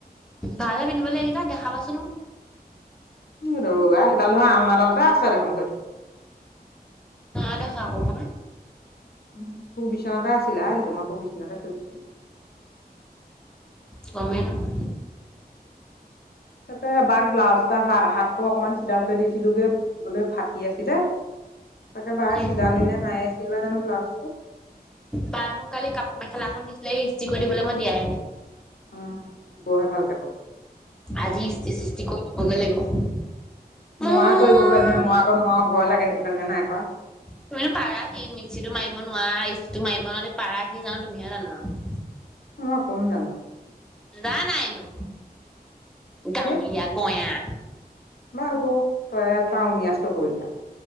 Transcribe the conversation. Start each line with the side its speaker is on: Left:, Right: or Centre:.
Centre: ভালে পিন্ধিব এই কেইটা দেখাবা চোন মোক।
Left: উম, ৰৌ সেইডাল ধৰৰা আলমাডালতে আছে দেখোন সেইটো।
Centre: নাই দেখা আকো মই।
Left: উম, তোৰ বিচনাতে আছিলা আই সেইটো মই তোৰ বিচনাতে থৈ দিছিলো।
Centre: গমে নাপও।
Left: তাকে বাক ব্লাজ এটা হা হাতটো অকমান চিলাবলৈ দিছিলোগে <unintelligible> ফাটি আছিলে। তাকে
Centre: উম
Left: বাহ চিলালি নে নাইয়ে চিলিৱা জানো ব্লাউজটো।
Centre: বা মোক কালি কাপোৰ মেখেলা এখন দিছিলে এই ইস্ত্ৰিৰ কৰি দিবলে মই দিয়াই নাই।
Left: উম, দিবহে ভালকে <unintelligible>
Centre: আজি ইস্ত্ৰি সিস্তি কৰি দিবগে লাগিব। মোৰ
Left: মই কৰিব পাৰো নহয় মই আকৌ নোৱাৰো ভয় লাগে সেইটো কাৰনে হে নাই কৰা
Centre: তুমিনো পাৰা কি মিক্সিটো মাৰিব নোৱাৰা ইষ্ট্ৰিটো মাৰিব নোৱাৰা পাৰা কি জানো তুমিহে জানা আৰু
Left: মই কম জানো
Centre: জা নাই নো গাঁৱলীয়া
Left: কি
Centre: গঞা
Left: বা হ'ব তইয়ে তউনীয়া চহৰীয়া